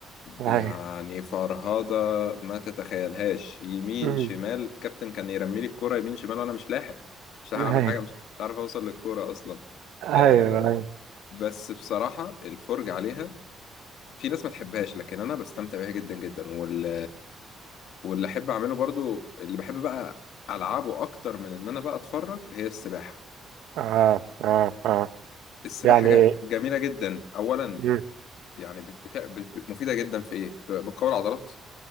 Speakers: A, on the right (about 85°); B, on the left (about 80°).
A: ايوه
B: يعني فرهضة ما تتخيلهاش يمين
A: امم
B: شمال الكابتن كان يرمي لي الكورة يمين شمال وانا مش لاحق مش لاحق
A: ايوه
B: اعمل حاجة مش مش عارف اوصل للكورة اصلا
A: ايوه
B: آه
A: ايوه
B: بس بصراحة الفرجة عليها في ناس ما تحبهاش لكن انا بستمتع بيها جدا جدا وال... واللي احب اعمله برضو اللي بحب بقى العبه اكتر من ان انا بقى اتفرج هي السباحة
A: اه اه اه
B: السباحة
A: يعني
B: ج- جميلة جدا اولا
A: امم
B: يعني بت... بت... بت... مفيدة جدا في ايه ب- بتقوي العضلات